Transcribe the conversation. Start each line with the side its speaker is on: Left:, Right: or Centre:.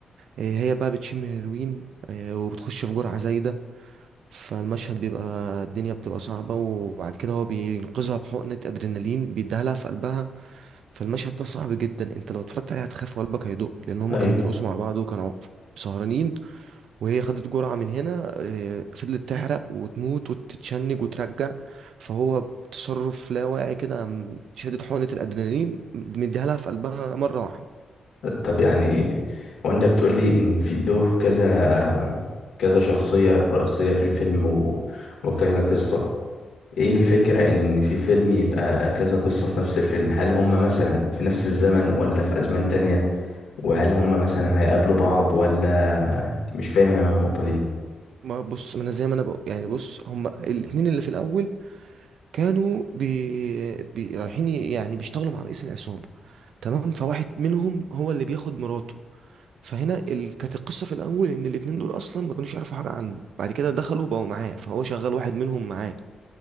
Right: آه هي بقى بتشم هيروين آه وبتخش في جرعة زايدة فالمشهد بيبقى الدنيا بتبقى صعبة وبعد كده هو بينقذها بحقنة ادرينالين بيديها لها في قلبها فالمشهد ده صعب جدا انت لو اتفرجت عليه هتخاف وقلبك هيدق لان هما
Left: ايوه
Right: كانوا بيرقصوا مع بعض وكانوا سهرانين وهي خدت جرعة من هنا آه، فضلت تحرق وتموت وتتشنج وترجع فهو بتصرف لا واعي كده قام شادد حقنة الأدرينالين مديها لها في قلبها مرة واحدة
Left: طب يعني وانت بتقول لي ان في له كذا كذا شخصية رئيسية في الفيلم و... وكذا قصة ايه الفكرة ان في فيلم يبقى كذا قصة في نفس الفيلم هل هم مثلا في نفس الزمن ولا في ازمان تانية وهل هم مثلا هيقابلوا بعض ولا مش فاهم انا النقطة دي
Right: ما بص ما انا زي ما انا بقول يعني بص هما الاتنين اللي في الاول كانوا بي... بي... رايحين ي- يعني بيشتغلوا مع رئيس العصابة تمام فواحد منهم هو اللي بياخد مراته فهنا ال... كانت القصه في الاول ان الاتنين دول اصلا ما كانوش يعرفوا حاجه عنه بعد كده دخلوا بقوا معاه فهو شغال واحد منهم معاه